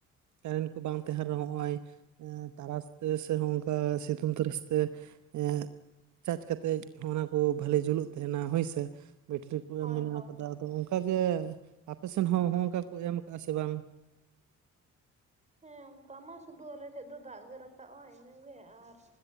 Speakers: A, on the right; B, on the right.
A: ᱛᱟᱦᱮᱸᱱ ᱠᱩ ᱵᱟᱝ ᱛᱟᱦᱮᱸᱱ ᱨᱮᱦᱚᱸ ᱦᱚᱸᱜᱼᱚᱸᱭ ᱮᱸ ᱛᱟᱨᱟᱥ ᱛᱮ ᱥᱮ ᱦᱚᱸᱜᱼᱚᱝᱠᱟ ᱥᱤᱛᱩᱝ ᱛᱟᱹᱨᱟᱥ ᱛᱮ ᱮᱸ ᱪᱟᱡᱽ ᱠᱟᱛᱮᱡ ᱦᱚᱸ ᱚᱱᱟ ᱠᱚ ᱵᱷᱟᱞᱮ ᱡᱩᱞᱩᱜ ᱛᱟᱦᱮᱱᱟ ᱦᱳᱭ ᱥᱮ ᱵᱮᱴᱨᱤ ᱠᱚ
B: ᱦᱳᱭ
A: ᱮᱢ ᱢᱮᱱᱟᱜ
B: ᱦᱳᱭ
A: ᱟᱠᱟᱫᱟ ᱟᱫᱚ ᱚᱝ- ᱠᱟ ᱜᱮ ᱟᱯᱮᱥᱮᱱ ᱦᱚᱸ ᱦᱚᱸᱜᱼᱚᱝᱠᱟ ᱠᱚ ᱮᱢ ᱟᱠᱟᱜᱼᱟ ᱥᱮ ᱵᱟᱝ?
B: ᱦᱮᱸ ᱚᱝᱠᱟ ᱢᱟ ᱥᱩᱫᱷᱩ ᱟᱞᱮ ᱴᱷᱮᱡ ᱫᱚ ᱫᱟᱜ ᱜᱮ ᱨᱟᱠᱟᱵᱼᱟ ᱤᱱᱟᱹ ᱜᱮ ᱟᱨ